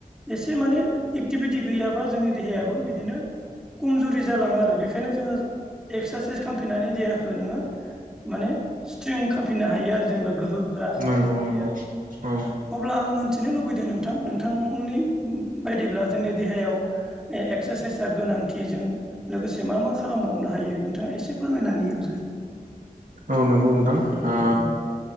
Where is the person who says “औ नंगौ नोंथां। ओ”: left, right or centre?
Right